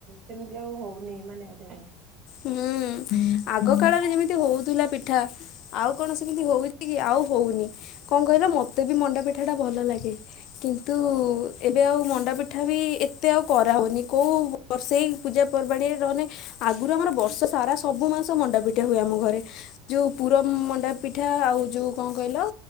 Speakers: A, on the right; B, on the left.
A: ସେମିତି ଆଉ ହଉନି ମାନେ ଗୋଟେ
B: ହୁଁ ଆଗ କାଳରେ ଯେମିତି ହଉଥିଲା ପିଠା ଆଉ କଣ ସେମିତି ହେଉଛି କି ଆଉ ହଉନି କଣ କହିଲା ମୋତେ ବି ମଣ୍ଡା ପିଠାଟା ଭଲ ଲାଗେ। କିନ୍ତୁ ଏବେ ଆଉ ମଣ୍ଡାପିଠ ଠା ବି ଏତେ ଆଉ କରାହଉନି। କୋଉ ବର୍ଷେ ଏଇ ପୂଜାପର୍ବାଣୀ ରେ ରହିନେ ଆ ଗୁରୁ ଆମର ବର୍ଷ ସାରା ସବୁ ମାସ ମଣ୍ଡାପିଠା ହୁଏ ଆମ ଘରେ। ଯୋଉ ପୁର ମଣ୍ଡା ପିଠା ଆଉ ଯୋଉ କଣ କହିଲ